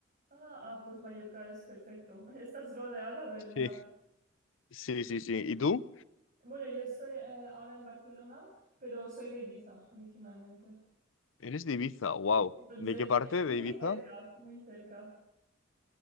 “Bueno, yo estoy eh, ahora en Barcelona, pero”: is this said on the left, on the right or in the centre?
Right